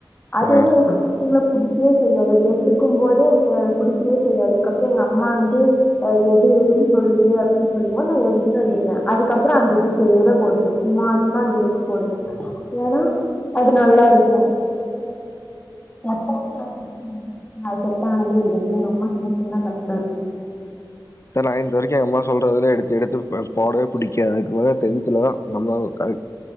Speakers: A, on the left; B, on the left.
A: அது
B: ஆ
A: வந்து எனக்கு <inaudible> ஸ்டார்டிங்ல புடிக்கவே செய்யாது எடுக்கும் போதே அ புடிச்சவே செய்யாது அப்புறம் எங்க அம்மா வந்து ஆ எடு எடுன்னு சொல்லுது அப்படின்னு சொல்லும் போது நா எடுத்துட்டு வந்துடுவேன் அதுக்கப்புறம் அந்த டிரெஸேதா போடுவே சும்மா சும்மா அந்த ட்ரெஸ் போடுவே ஏன்னா அது நல்லா இருக்கும் எப்பவுமே <inaudible> செட் ஆனதில்ல எங்க அம்மா சொன்ன <inaudible> அது கரெக்ட்டா இருக்கும்
B: நைன்த் வரைக்கும் எங்க அம்மா சொல்றதுலாம் எடுத்து எடுத்து போடவே பிடிக்க அதுக்கு டென்த்ல தான் எங்க அம்மா ஒரு கடைக்